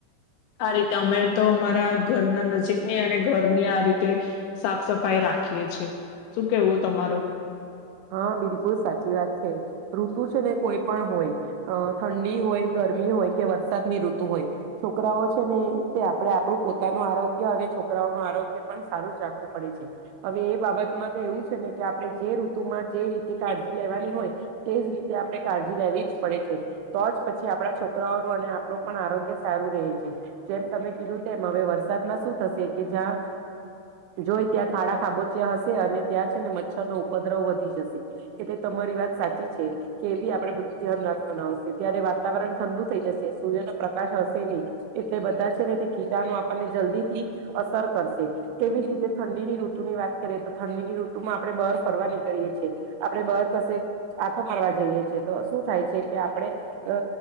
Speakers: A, on the left; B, on the right.
A: આ રીતે અમે તો અમારા ઘરના નજીકની અને ઘરની આ રીતે સાફ સફાઈ રાખીએ છીએ શું કેવું તમારું
B: હા બિલકુલ સાચી વાત છે ઋતુ છે ને કોઈ પણ હોય ઠંડી ઠંડી હોય ગરમી હોય કે વરસાદની ઋતુ હોય છોકરાઓ છે ને તે આપણે આપણું પોતાનું આરોગ્ય અને છોકરાઓનું આરોગ્ય પણ સારું જ રાખવું પડે છે હવે એ બાબતમાં તો એવું છે ને કે આપણે જે ઋતુમાં જે રીતે કાળજી લેવાની હોય તેજ રીતે આપણે કાળજી લેવી જ પડે છે તો જ પછી આપણા છોકરાઓનું અને આપણ પણ આરોગ્ય સારું રહે છે જેમ તમે કીધું તેમ હવે વરસાદમાં શું થશે કે જ્યાં જોય ત્યાં ખાડા ખાબોચિયા હશે અને ત્યાં છે ને મચ્છરનો દ્રવ વધી જશે કે તે તમારી વાત સાચી છે કે એ બી આપડે બધું ધ્યાન રાખવાનું હશે ત્યારે વાતાવરણ ઠંડુ થઈ જશે સૂર્ય ન પ્રકાશ હશે નહી એટલે બધા છે ને તે કીટાણો આપણને જલ્દી થી અસર કરશે કેવી જ રીતે ઠંડીની ઋતુ ની વાત કરીએ તો ઠંડીની ઋતુમાં આપણે બરફ ફરવા નીકળીએ છીએ આપડણે બહાર કશે આથો મારવા જઈએ છેએ તો શું થાય છે કે આપડે અ